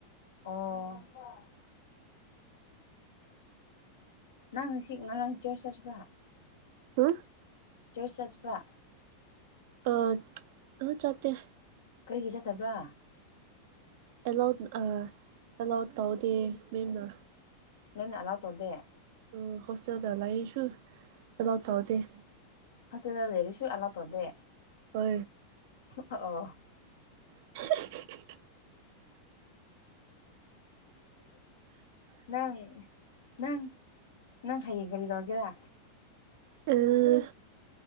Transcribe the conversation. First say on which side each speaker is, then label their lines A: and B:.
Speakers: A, on the left (about 60°); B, on the right (about 50°).
A: ꯑꯣ ꯅꯪ ꯉꯁꯤ ꯉꯔꯥꯡ ꯆꯔꯁ ꯆꯠꯄ꯭ꯔ
B: ꯍꯥ
A: ꯆꯖꯔꯁ ꯆꯥꯁ ꯐꯥ
B: ꯑ ꯆꯇꯦ
A: ꯀꯔꯤꯒꯤ ꯆꯠꯇꯕ꯭ꯔꯥ
B: ꯑꯦꯂꯥꯎꯠ ꯑꯥ ꯑꯦꯂꯥꯎꯠ ꯇꯧꯗꯦ ꯃꯦꯝꯅ
A: ꯅ ꯑꯂ ꯇꯣꯗꯦ
B: ꯑꯣ ꯍꯣꯁꯇꯦꯜꯗ ꯂꯩꯌꯦꯁꯨ ꯂꯥꯎ ꯊꯥꯎꯗꯦ
A: ꯍꯁꯗ ꯗꯦꯔꯤꯁꯨ ꯑꯂ ꯇꯗꯦ
B: ꯍ
A: ꯑ
B: <unintelligible>
A: ꯅꯪ ꯅꯪ ꯅꯪ ꯍꯌꯦꯡ ꯒꯔꯤ ꯇꯧꯔꯒꯦꯔꯥ
B: ꯑꯥ